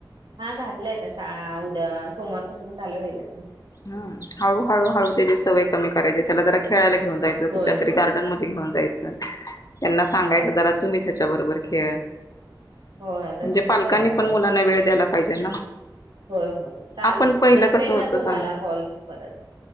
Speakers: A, on the right; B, on the left.
A: हा घातलंय आता शाळा उद्या सोमवारपासून चालू होईल आता.
B: हम्म हळू हळू हळू त्याची सवय कमी करायची त्याला जरा खेळायला घेऊन जायचं
A: होय
B: कुठल्या
A: होय.
B: तरी गार्ड गार्डन मध्ये घेऊन जायच त्यांना सांगायचं
A: होय
B: जरा तुम्ही त्याच्या बरोबर खेळ म्हणजे
A: होय आता तेच
B: पालकांनी
A: करायला
B: पण
A: पाहिजे
B: मुलांना वेळ द्यायला पाहिजे ना
A: होय होय चालेल
B: आपण पहिलं
A: करते
B: कसं होतं
A: ना तुम्हाला
B: सांगा
A: कॉल मी परत